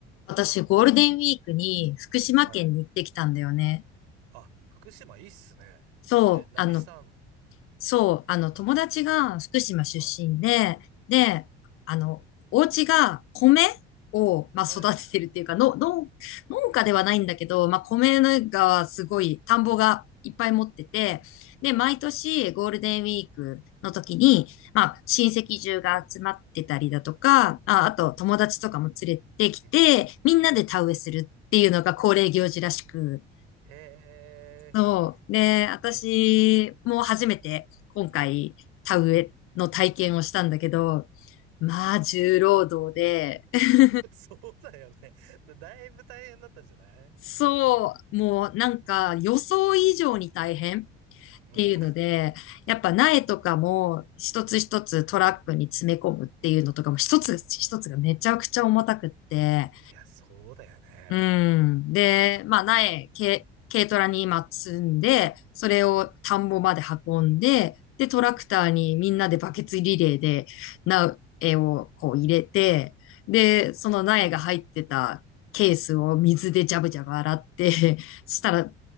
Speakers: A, on the left; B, on the right.
A: 私、ゴールデンウィークに福島県に行ってきたんだよね。
B: はい。あ、福島いいっすね。
A: そう、
B: え、何したん
A: あの、そう、あの、友達が福島出身で、
B: はい。
A: で、
B: うん。
A: あの、お家が米を、まあ、
B: はいはいはい。
A: 育ててるっていうか、の、農農家ではないんだけど、まあ、米がすごい、田んぼがいっぱい持ってて、で、
B: はい。
A: 毎年ゴールデンウィークの時に、まあ、親戚中が集まってたりだとか、あ、あと友達とかも連れてきて、
B: うん。
A: みんなで田植えするっていうのが恒例行事らしく、
B: うんへえ、
A: そう。で、私も初めて今回田植えの体験をしたんだけど、
B: え、うん。うん。
A: まあ重労働で、<laughs>
B: <laughs> そうだよね。<laughs> だいぶ大変だったんじゃない
A: そう、もうなんか予想以上に大変っ
B: うん。
A: ていうので、やっぱ苗とかも一つ一つトラックに詰め込むっていうのとかも一つ一つがめちゃくちゃ重たくって、
B: うん。うん。うん。うん。いや、そうだよね。
A: うん。で、まあ、苗、軽、軽トラに今積んで、それを田んぼまで運んで、
B: うん。
A: で、トラクターにみんなでバケツリレーで苗をこう入れて、
B: うん。
A: で、
B: うん。
A: その苗が入ってたケースを水でジャブジャブ洗って、
B: うん。
A: <laughs> したら、